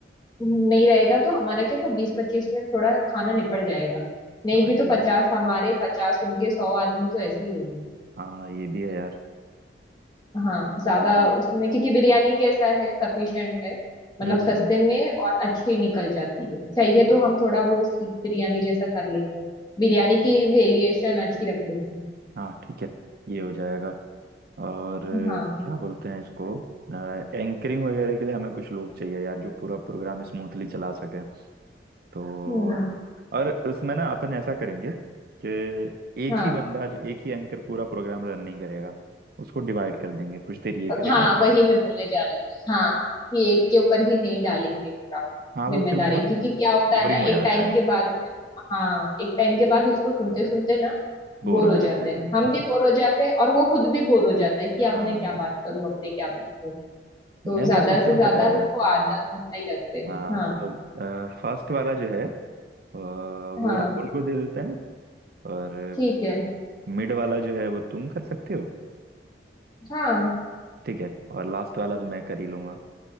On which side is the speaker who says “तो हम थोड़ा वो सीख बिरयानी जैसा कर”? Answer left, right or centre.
Left